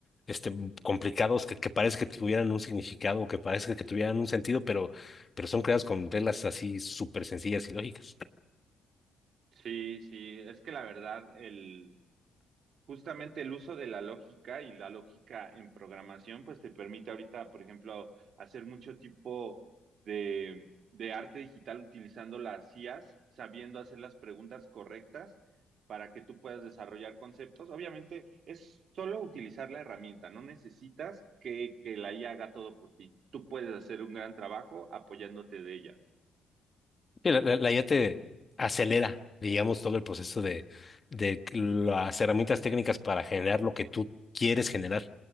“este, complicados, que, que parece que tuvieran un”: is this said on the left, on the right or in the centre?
Left